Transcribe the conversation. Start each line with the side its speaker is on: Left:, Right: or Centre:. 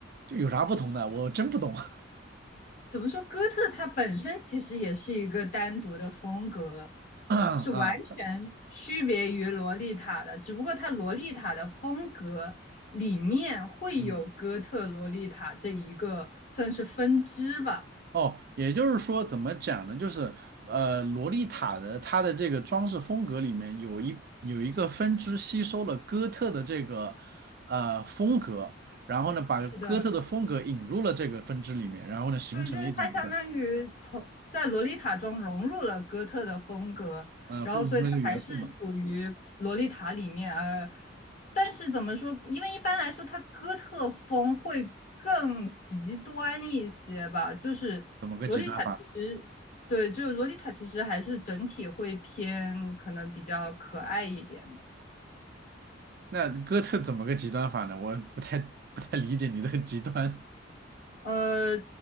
Right: 就有啥不同的？我真不懂。<coughs>
Left: 怎么说？哥特它本身其实也是一个单独的风格，
Right: <clears throat> 啊。
Left: 是完全区别于洛丽塔的。只不过它洛丽塔的风格里面会有哥特洛丽塔这一个算是分支吧。
Right: 嗯，哦，也就是说，怎么讲呢？就是呃，洛丽塔的它的这个装饰风格里面有一有一个分支吸收了哥特的这个呃风格，然后呢，把哥特的风格引入了这个分支里面，
Left: 是的，
Right: 然后呢，形成了一种这个
Left: 对，就是他相当于从在《洛丽塔》中融入了哥特的风格，
Right: 呃风那个元素嘛，
Left: 然后所以他还是属于《洛丽塔》里面呃，但是怎么说？因为一般来说，它哥特风会更极端一些吧。就是《洛丽塔》其实对，
Right: 怎么个极端法？
Left: 就是《洛丽塔》其实还是整体会偏可能比较可爱一点的。
Right: 那哥特怎么个极端法呢？我不太不太理解你这个极端，
Left: 呃，